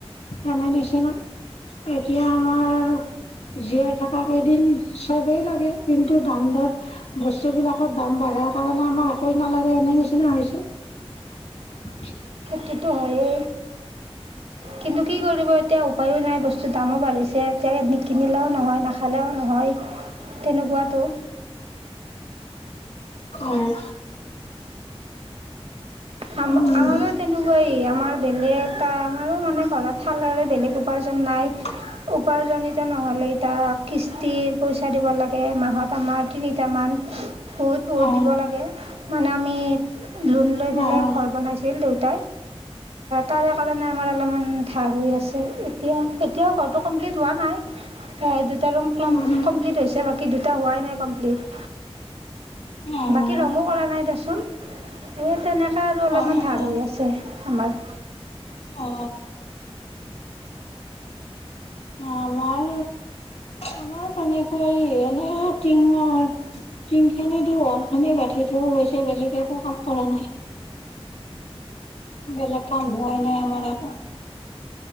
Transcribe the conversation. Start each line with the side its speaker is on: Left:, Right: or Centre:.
Left: জানা নিচিনা এতিয়া আমাৰ আৰু জীয়াই থকা কেইদিন চবেই লাগে কিন্তু দাম দৰ বস্তুবিলাকৰ দাম বঢ়াৰ কাৰণে আমাৰ একো নালাগে এনে নিচিনা হৈছে। <inaudible>
Right: সেইটো হয়ে কিন্তু কি কৰিব এতিয়া উপায়ো নাই বস্তু দামত বাঢ়িছে এতিয়া নিকিনিলেও নহয় তেনেকুৱাতো।
Left: উম।
Right: আম
Left: উম।
Right: আমাৰো তেনেকুৱাই আমাৰ বেলেগ এটা আমাৰো মানে ঘৰৰ ফালৰে বেলেগ উপাৰ্জন নাই।
Left: <inaudible>
Right: উপাৰ্জনিতা নহ'লে এতিয়া কিস্তিৰ পইচা দিব লাগে মাহত আমাৰ তিনিটামান। বহুত বহুত
Left: অ',
Right: দিব লাগে মানে আমি লোন লৈ
Left: অ',
Right: পেলাই
Left: অ',
Right: ঘৰ বনাইছিল দেউতাই। তাৰে কাৰণে আমাৰ অলপমান ধাৰ হৈ আছে এতিয়া এতিয়াও ঘৰটো কমপ্লিট হোৱা নাই। দুটা ৰুম কম-কমপ্লিট
Left: উম,
Right: হৈছে বাকী দুটা হোৱাই নাই কমপ্লিট।
Left: অ',
Right: বাকী ৰঙো কৰা নাই দেচোন। এই তেনেকে আৰু অলপমান
Left: অ',
Right: ধাৰ
Left: অ',
Right: হৈ আছে আমাৰ।
Left: অঁ। আমাৰ, আমাৰ তেনেকুৱাই এনে টিঙৰ। টিংখিনি দি ৱাল খনে গাঁঠিটোও গৈছে বেলেগ একো কাম কৰা নাই। বেলেগ কাম হোৱাই নাই আমাৰ একো।